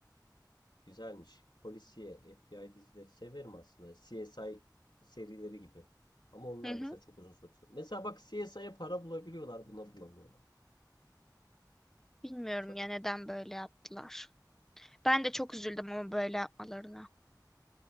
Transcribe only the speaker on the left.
Güzelmiş. Polisiye, FBI dizileri severim aslında. CSI serileri gibi. Ama onlar
mesela çok uzun sürdü. Mesela bak CSI'ye para bulabiliyorlar, buna bulamıyorlar.
Çok